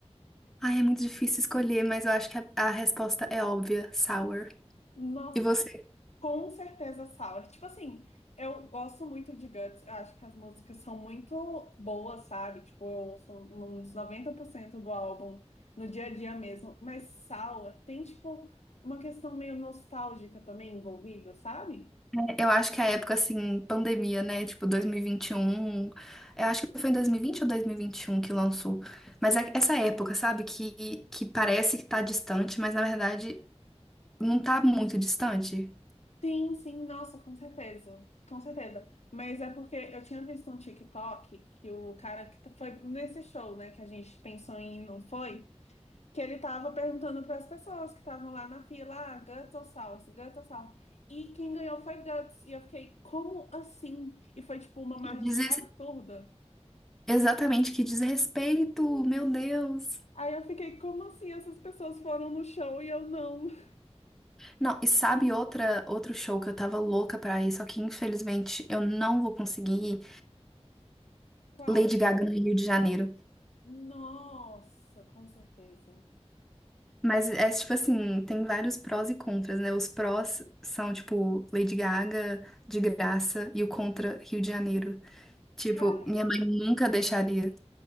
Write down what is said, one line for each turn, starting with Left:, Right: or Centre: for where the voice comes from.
Centre: Ai, é muito difícil escolher, mas eu acho que a, a resposta é óbvia, Sour.
Left: Nossa,
Centre: E você,
Left: com certeza sour. Tipo assim, eu gosto muito de guts, eu acho que as músicas são muito boas, sabe? Tipo, eu ouço uns 90% do álbum no dia a dia mesmo, mas sour tem tipo uma questão meio nostálgica também envolvida, sabe?
Centre: né? eu acho que a época assim, pandemia, né? Tipo dois mil e e vinte e um Eu acho que foi em 2020 ou dois mil e e vinte e um que lançou. Mas é essa época, sabe? Que, que parece que tá distante, mas na verdade não tá muito distante.
Left: Sim, sim, nossa, com certeza. Com certeza. Mas é porque eu tinha visto um TikTok que o cara que foi nesse show, né, que a gente pensou em não foi, que ele tava perguntando para as pessoas que estavam lá na fila, ah, Guts ou Salsa, Guts ou Salsa. E quem ganhou foi Guts. E eu fiquei, como assim? E foi tipo uma margem
Centre: Que diz,
Left: absurda.
Centre: exatamente, que diz respeito, meu Deus.
Left: Aí eu fiquei, como assim? Essas pessoas foram no show e eu não. <laughs>
Centre: Não, e sabe outra, outro show que eu tava louca pra ir, só que infelizmente eu não vou conseguir ir?
Left: Qual?
Centre: Lady Gaga no Rio de Janeiro.
Left: Nossa, com certeza.
Centre: Mas é tipo assim, tem vários prós e contras, né? Os prós são tipo Lady Gaga de graça e o contra Rio de Janeiro. Tipo,
Left: Cara.
Centre: minha mãe nunca deixaria.